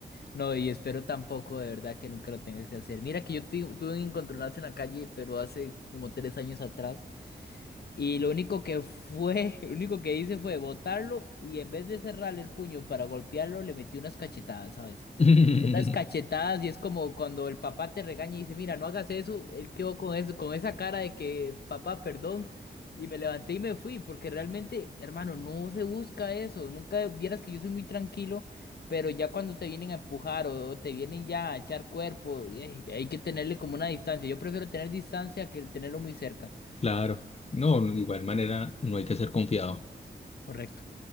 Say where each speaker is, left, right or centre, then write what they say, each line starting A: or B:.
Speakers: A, on the left; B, on the left.
A: No, y espero tampoco, de verdad, que nunca lo tenga que hacer. Mira que yo tu- tuve un encontronazo en la calle, pero hace como tres años atrás. Y lo único que fue, <laughs> lo único que hice fue botarlo y en vez de cerrarle el puño para golpearlo, le metí unas cachetadas, ¿sabes?
B: <laughs>
A: unas cachetadas y es como cuando el papá te regaña y dice, mira, no hagas eso, él quedó con eso, con esa cara de que, papá, perdón, y me levanté y me fui, porque realmente, hermano, no se busca eso, nunca vieras que yo soy muy tranquilo, pero ya cuando te vienen a empujar o, o te vienen ya a echar cuerpo, y, eh, hay que tenerle como una distancia, yo prefiero tener distancia que tenerlo muy cerca.
B: Claro. No, no, de igual manera no hay que ser confiado.
A: Correcto.